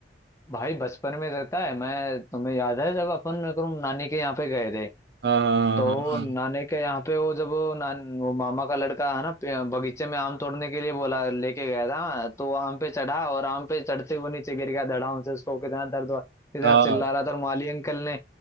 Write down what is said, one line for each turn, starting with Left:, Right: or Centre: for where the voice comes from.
Left: भाई बचपन में रहता है मैं तुम्हें याद है जब अपन एकदम नानी के यहाँ पे गए थे
Right: हाँ हाँ
Left: तो
Right: हाँ, हाँ। हाँ।
Left: नानी के यहाँ पे वो जब वो, नान, वो मामा का लड़का है ना पे- बगीचे में आम तोड़ने के लिए बोला लेके गया था तो वो आम पे चढ़ा और आम पे चढ़ते हुए नीचे गिर गया धड़ाम से उसको कितना दर्द हुआ कितना
Right: हाँ
Left: चिल्ला रहा था और माली अंकल ने